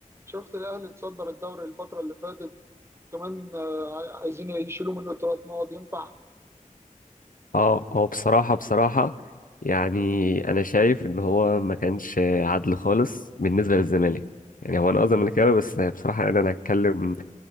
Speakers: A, on the right (about 20°); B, on the left (about 80°).
A: شفت الاهلي اتصدر الدوري الفتره اللي فاتت كمان آه، عايزين يشيلوا منه ثلاث نقط ينفع
B: اه هو بصراحة بصراحة يعني أنا شايف إن هو ما كانش عدل خالص بالنسبة للزمالك يعني هو أنا أه زملكاوي بس بصراحة يعني أنا هتكلم